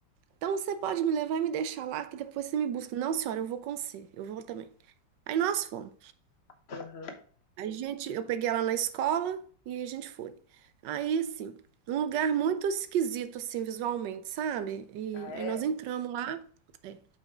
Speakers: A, on the right; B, on the left.
A: Então você pode me levar e me deixar lá, que depois você me busca. Não, senhora, eu vou com você, eu vou também. Aí nós fomos.
B: Aham.
A: A gente, eu peguei ela na escola e a gente foi. Aí, assim, um lugar muito esquisito, assim, visualmente, sabe? E
B: Ah, é?
A: aí nós entramos lá. é.